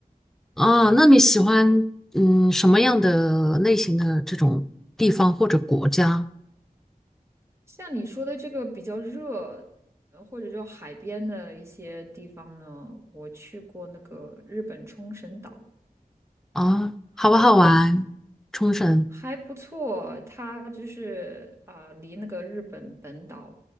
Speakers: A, in the centre; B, on the right.
A: 啊，那你喜欢嗯什么样的类型的这种地方或者国家
B: 像你说的这个比较热，呃，或者就海边的一些地方呢，我去过那个日本冲绳岛，
A: 啊？好不好玩？
B: 还有
A: 冲绳，
B: 还不错，它就是啊、呃离那个日本本岛